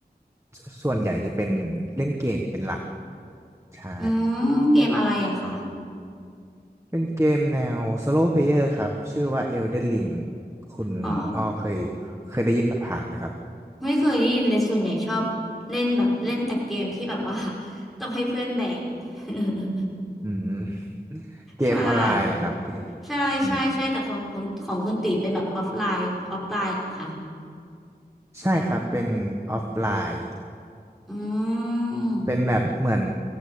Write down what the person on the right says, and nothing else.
สส่วนใหญ่จะเป็นเล่นเกมเป็นหลักใช่
เป็นเกมแนว Solo Player ครับชื่อว่า Elden Ring คุณอ้อเคย
เคยได้ยินผ่านๆไหมครับ
อืมเกมออนไลน์ลรอครับที่
อืมใช่ครับเป็นออฟไลน์
เป็นแบบเหมือน